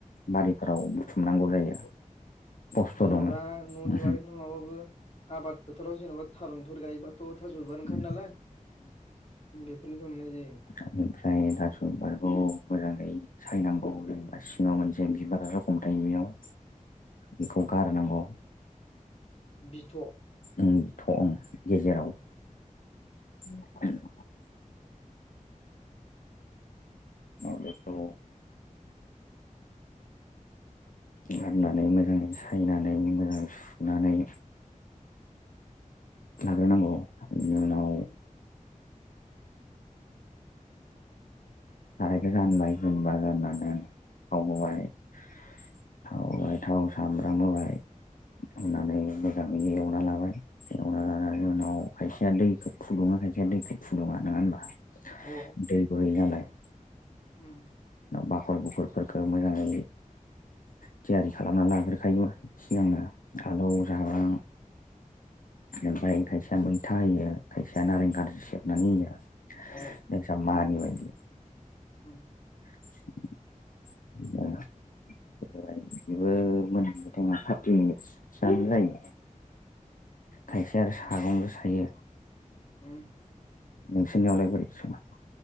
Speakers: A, on the left (about 80°); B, on the left (about 50°).
A: बारिफ्राव बुथुमनांगौ जायो। खस्थ'
B: जेन'ब्ला
A: दङ
B: न'नि
A: उम
B: बारिफोराव नङाब्लाबो आबाद फोथ थोराव जेन'बा थारुनफोर गायोबाथ' थास' बिबार ओंखारो
A: उम
B: नालाय। बेफोरनिफ्राय मोननाय जायो।
A: आरो ओमफ्राय थास'बिबारखौ मोजाङै सायनांगौ जेनेबा सिङाव मोनसे बिबारा रखम थायो बेैयाव। बेखौ गारनांगौ
B: बिथ'
A: ओम थ'ओम गेजेराव <unintelligible> <unintelligible> बेखौ गारनानै मोजाङै सायनानै मोजाङै सुनानै लाग्रोनांगौ बिनि उनाव
B: <unintelligible>
A: सारायखौ जानबाय जोमबा जाननानै <unintelligible> <unintelligible> थाव सामब्राम होबाय होननानै मोजाङै एवना लाबाय एवना लानानै उनाव खायसेया दैखौ फुदुङो खायसेया दैखौ फुदुङा नङा होनबा।
B: अ
A: दैबो <unintelligible> नालाय
B: <unintelligible>
A: बाखल बुखुरफोरखौ मोजाङै थियारि खालामना लाग्रोखायो सिगांनो आलौ जाब्रां ओमफ्राय खायसेया मैथा होयो खायसेया नारें खारजि सेबनानै होयो
B: अ
A: <unintelligible> मानि बायदि
B: उम
A: <unintelligible> <unintelligible> बेबो मोन <unintelligible> थार्टि मिनिटसआनो जायो। खायसे आरो सागंजों सायो।
B: <unintelligible>
A: नोंसोरनियावलाय बोरै संगो